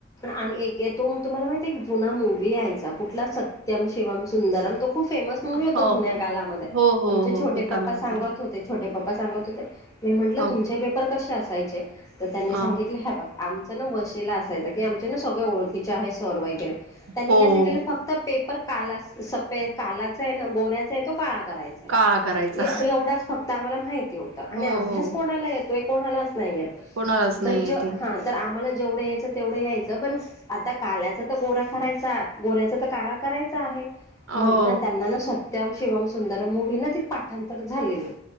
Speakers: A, on the left; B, on the right.
A: आणि एक तो तुम्हाला माहित आहे एक जुना मूवी यायचा कुठला सत्यम शिवम सुंदरम तो खूप फेमस मुव्ही
B: हो,
A: होता जुन्या
B: हो.
A: कालामध्ये
B: हो, हो,
A: आमचे
B: हो.
A: छोटे
B: होताना,
A: पप्पा
B: होताना.
A: सांगत होते छोटे पप्पा सांगत होते, मी म्हंटलं
B: हो.
A: तुमचे पेपर कशे असायचे तर त्यांनी
B: अ,
A: सांगितले हे बघ आमचं ना वशीला असायच. ते आमचे न सगळे ओळखीचे आहे सर वैगेरे त्यांनी
B: हो.
A: काय सांगितलेलं फक्त पेपर काला <unintelligible> <unintelligible> कालाच आहे ना गोऱ्याचा आहे तो काळा करायचा आहे
B: काळा करायचा.
A: एवढाच फक्त आम्हाला माहिती होतं आणि
B: हो,
A: अभ्यास
B: हो.
A: कोणाला येतोय कोणाला नाही येत
B: कोणालाच नाही
A: तर <unintelligible>
B: येते.
A: हा तर आम्हाला जेवढं यायच. तेवढं यायचं पण आता काल्याचा तर गोरा करायचा गोऱ्या <inaudible> काळा करायचा आहे
B: हो.
A: मग ना त्यांना ना <inaudible> <inaudible> शिवम सुंदर मूवी् ना ती पाठांतर झालेली